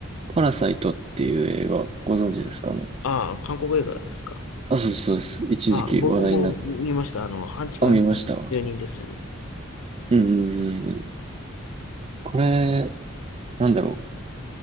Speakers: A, on the right; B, on the left.
A: パラサイトっていう映画、ご存知ですかね。
B: ああ、韓国映画ですか。
A: あ、そうですそうです。一時期話題になった。
B: ああ、僕も見ました。あの、半地下の住人ですよね。
A: あ、見ました。うんうんうん。これ、なんだろ